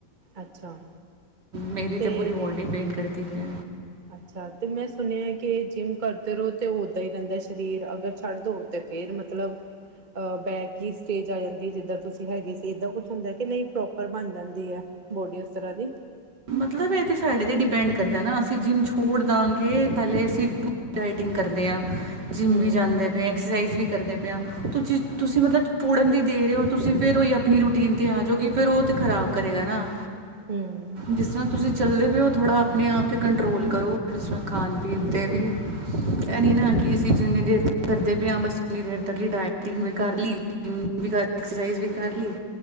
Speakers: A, on the right; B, on the right.
A: ਅੱਛਾ
B: ਮੇਰੀ ਤਾਂ
A: ਤੇ
B: ਪੂਰੀ ਬੋਡੀ ਪੇਨ ਕਰਦੀ ਪਈ ਏ
A: ਅੱਛਾ ਤੇ ਮੈਂ ਸੁਣਿਆ ਕਿ ਜਿੰਮ ਕਰਦੇ ਰਹੋ ਤੇ ਉੱਦਾਂ ਹੀ ਰਹਿੰਦਾ ਸਰੀਰ ਅਗਰ ਛੱਡ ਦਿਓ ਤੇ ਫੇਰ ਮਤਲਬ ਅ ਬੈਕ ਹੀ ਸਟੇਜ ਆ ਜਾਂਦੀ ਜਿੱਦਾਂ ਤੁਸੀਂ ਹੈਗੇ ਸੀ ਏਦਾਂ ਕੁਝ ਹੁੰਦਾ ਕਿ ਨਹੀਂ ਪ੍ਰੋਪਰ ਬਣ ਜਾਂਦੀ ਹੈ। ਬੋਡੀ ਓਸ ਤਰਾ ਦੀ
B: ਮਤਲਬ ਇਹ ਤੇ ਸਾਡੇ ਤੇ ਡਿਪੈਂਡ ਕਰਦਾ ਨਾ ਅਸੀਂ ਜਿੰਮ ਛੋੜ ਦਵਾਂਗੇ ਪਹਿਲੇ ਅਸੀਂ ਡਾਇਟਿੰਗ ਕਰਦੇ ਆ, ਜਿੰਮ
A: ਹਮ
B: ਵੀ ਜਾਂਦੇ ਐਕਸਰਸਾਈਜ਼ ਵੀ ਕਰਦੇ ਪਏ ਤੁਸੀਂ ਤੁਸੀਂ ਮਤਲਬ ਛੋੜਨ ਦੀ ਦੇ ਰਹੇ ਹੋ ਤੁਸੀਂ ਫਿਰ ਉ ਆਪਣੀ ਰੂਟੀਨ 'ਤੇ ਆ ਜਾਉਗੀ ਫਿਰ ਉਹ ਤਾਂ ਖ਼ਰਾਬ ਕਰੇਗਾ ਨਾ
A: ਹਮ
B: ਜਿਸ ਤਰ੍ਹਾਂ ਤੁਸੀਂ ਚੱਲਦੇ ਪਏ ਹੋ ਥੋੜ੍ਹਾ ਆਪਣੇ ਆਪ 'ਤੇ ਕੰਟਰੋਲ ਕਰੋ ਜਿਸ ਤਰ੍ਹਾਂ ਖਾਣ -ਪੀਣ
A: ਹਮ
B: 'ਤੇ ਵੀ ਇਹਨੀ ਨਾ ਕਿ ਅਸੀਂ ਜਿੰਨੀ ਦੇਰ ਤੇ ਕਰਦੇ ਪਏ ਹਾਂ ਬਸ ਉੰਨੀ ਦੇਰ ਤੱਕ ਹੀ ਡਾਇਟਿੰਗ ਮੈਂ ਕਰ ਲਈ ਜਿੰਮ ਵੀ ਕਰ ਐਕਸਰਸਾਈਜ਼ ਵੀ ਕਰ ਲਈ